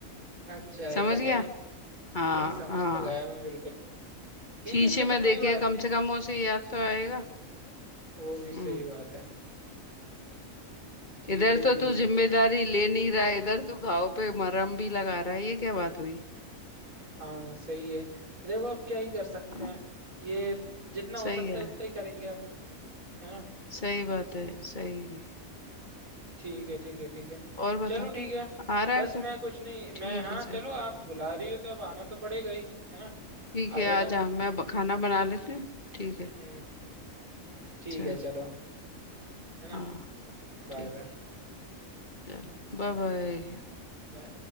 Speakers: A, on the right; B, on the left.
A: अच्छा ऐसा
B: समझ
A: क्या
B: गया हाँ
A: नहीं समझ
B: हाँ
A: तो गया मैं बिल्कुल ठीक
B: शीशे
A: है चलो
B: में देखे
A: कोई बात
B: कम
A: नहीं
B: से कम उसे याद तो आएगा
A: वो भी सही
B: हम्म
A: बात है ठीक
B: इधर
A: है
B: तो
A: ठीक
B: तू
A: है ठीक
B: जिम्मेदारी
A: है
B: ले नहीं रहा है, इधर तू घाव पे मरहम भी लगा रहा है ये क्या बात हुई
A: हाँ सही है देखो अब क्या ही कर सकते
B: हाँ
A: हैं ये जितना हो
B: सही
A: सकता
B: है
A: है उतना ही करेंगे हम है ना
B: सही बात है सही
A: ठीक है ठीक है ठीक है
B: और बता
A: चलो ठीक है
B: आ रहा
A: बस
B: है फिर
A: मैं कुछ नहीं मैं
B: ठीक
A: हाँ
B: है चल
A: चलो आप बुला रही हो तो अब आना तो पड़ेगा ही है ना
B: ठीक
A: आ
B: है
A: जाता
B: आ
A: हूँ
B: जा मैं ब- खाना बना लेती हूँ ठीक है
A: हम्म ठीक
B: चल
A: है चलो है ना
B: हाँ
A: Bye
B: ठीक
A: bye
B: चल बाय बाय
A: बाय।